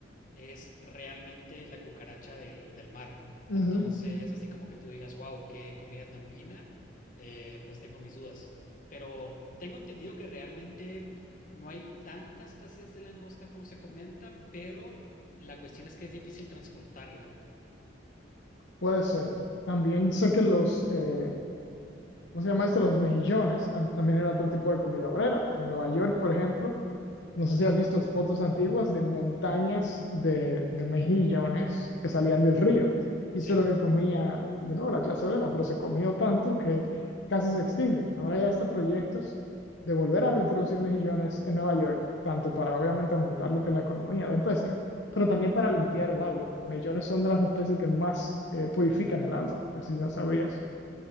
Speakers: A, on the left (about 45°); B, on the left (about 70°).
A: es realmente la cucaracha del, del mar.
B: Ujú,
A: Entonces, así como que tú digas, wow, qué comida tan fina, eh, pues tengo mis dudas. Pero tengo entendido que realmente no hay tanta escasez de langosta como se comenta, pero la cuestión es que es difícil transportarla.
B: Puede ser. También sé que los, eh, ¿cómo se llama esto? Los mejillones. Antes también era otro tipo de comida obrera. En Nueva York, por ejemplo, no sé si has visto fotos antiguas de montañas de, de mejillones que salían del río. Y
A: Sí,
B: eso es lo que comía, de nuevo, la clase obrera, pero se comió tanto que casi se extinguen. Ahora ya hasta proyectos de volver a reintroducir mejillones en Nueva York, tanto para obviamente aumentar lo que es la economía de pesca, pero también para limpiar el agua. Los mejillones son de las especies que más eh, purifican el agua, por si no sabías.